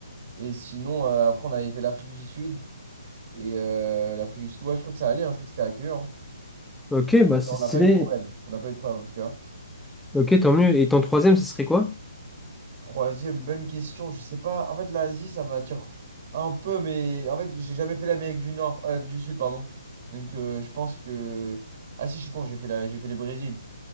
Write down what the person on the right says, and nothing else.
Et sinon, euh, après, on avait fait l'Afrique du Sud. Et euh, l'Afrique du Sud, ouais, je crois que ça allait, hein, je crois que c'était accueillant.
Hein. On
n'a pas eu de problème. On n'a pas eu de problème en tout cas.
Troisième, bonne question. Je sais pas. En fait, l'Asie, ça m'attire un peu, mais en fait, j'ai jamais fait l'Amérique du Nord, euh, du Sud, pardon. Donc euh, je pense que. Ah si, je suis con, j'ai fait la... j'ai fait le Brésil.